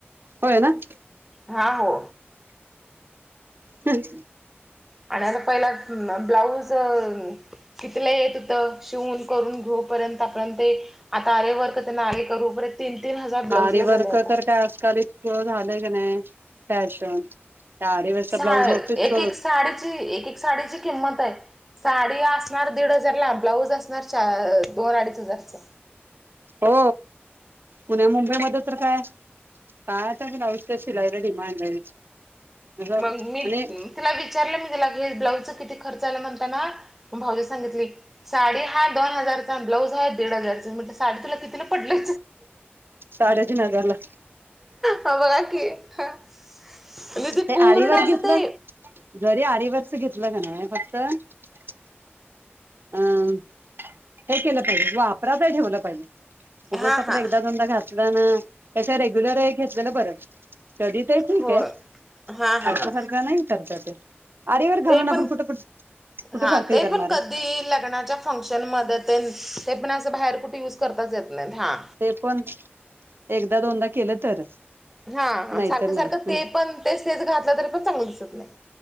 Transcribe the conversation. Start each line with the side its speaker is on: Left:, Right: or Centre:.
Right: होय ना.
Centre: हा हो.
Right: हम्.
Centre: आणि आता पहिला ब्लाऊज. किथलं येत होत शिवून करून घेऊ पर्यंतपर्यंत. आता आरे वरक त्यांना आरे करूर तीन तीन हजार ब्लाऊज
Right: आारी
Centre: ला झाले
Right: वर्क
Centre: आता
Right: तर काय आजकाल इतक झालंय की नाही फॅशन त्या आरीवरचा
Centre: सा
Right: ब्लाऊज नव्हतेच
Centre: एक एक साडीची एक एक साडीची किंमत आहे साडी असणार दीड हजार ला ब्लाऊज असणार च दोन अडीच हजारचा
Right: हो पुण्या मुंबईमध्ये तर काय पाण्याचा पण अवथ्य शिलाईला डिमांड आहे आणि.
Centre: मग मी तिला विचारलं मी तिला ब्लाऊजचा किती खर्च आला म्हणताना भाऊज सांगितले. साडी हा दोन हजारचा ब्लाऊज हा दीड हजारचा म्ह साडी तुला किती पडली.
Right: साडे तीन गरला.
Centre: ह बघा की म्ह
Right: ते
Centre: पूर्ण
Right: आळीवर
Centre: असं
Right: घेतलं
Centre: ते.
Right: जरी आरीवतच घेतलं का नाही फक्त. अम हे केलं पाहिजे वापरातही ठेवलं पाहिजे खूपच
Centre: हा
Right: आपलं
Centre: हा
Right: एकदा दोनदा घातलं ना त्याच्या रेग्युलर घेतलेलं बरं स्टडी तर आहे ठीक
Centre: हो
Right: आहे
Centre: हा हा
Right: अर्खसारखा नाही करत ते आरेवर
Centre: ते
Right: घालून
Centre: पण
Right: आपण कुठं कुठ कुठे
Centre: हा
Right: सारखंही
Centre: ते
Right: करणार
Centre: पण
Right: आहे
Centre: कधी लग्नाच्या फंक्शन म ते पण अस बाहेर कुठे युज करताच येत नाही हा
Right: कोण एकदा दोनदा केलं तरच
Centre: हा
Right: नाहीतर
Centre: सारखं
Right: नाही
Centre: सारखं
Right: म्हणजे
Centre: ते पण तेच तेच घातलं तरी पण चांगलं दिसत नाही